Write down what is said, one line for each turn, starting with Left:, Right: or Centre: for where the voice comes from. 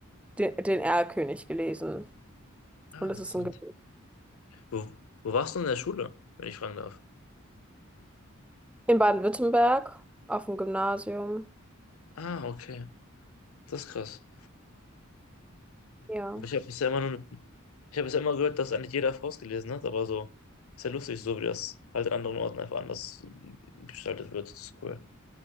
Centre: den, den Erlkönig gelesen.
Left: Ah,
Centre: Und das
Left: interessant.
Centre: ist ein Gedicht.
Left: Wo, wo warst du in der Schule, wenn ich fragen darf?
Centre: In Baden-Württemberg, auf dem Gymnasium.
Left: Ah, okay. Das ist krass.
Centre: Ja.
Left: Ich habe bisher immer nur Ich habe es ja immer gehört, dass eigentlich jeder Faust gelesen hat, aber so ist ja lustig, so wie das halt in anderen Orten einfach anders äh, gestaltet wird. Das ist cool.